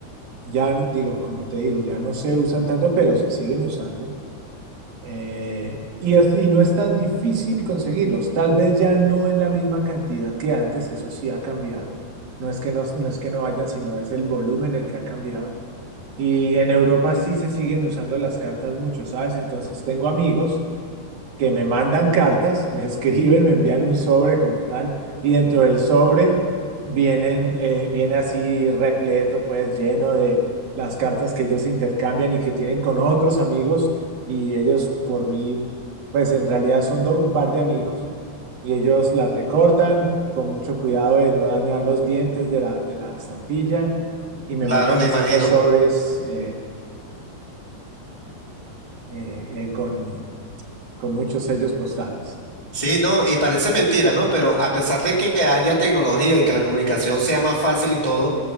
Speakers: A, on the right (about 65°); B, on the left (about 60°).
A: Ya digo, como te digo, ya no se usan tanto, pero se siguen usando. Eh, y, es- y no es tan difícil conseguirlos. Tal vez ya no en la misma cantidad que antes, eso sí ha cambiado. No es que no, no es que no hayan, sino es el volumen el que ha cambiado. Y en Europa sí se siguen usando las cartas mucho, ¿sabes? Entonces tengo amigos que me mandan cartas, me <laughs> escriben, me envían un sobre como tal, y dentro del sobre vienen, eh, viene así repleto, pues lleno de las cartas que ellos intercambian y que tienen con otros amigos, y ellos por mí, pues en realidad son do- un par de amigos, y ellos las recortan con mucho cuidado de no dañar los dientes de la, de la estampilla, y me
B: Claro,
A: mandan
B: me
A: así
B: imagino.
A: los sobres eh, eh, eh, con, con muchos sellos postales.
B: Sí, no, y parece mentira, ¿no? Pero a pesar de que haya tecnología y que la comunicación sea más fácil y todo,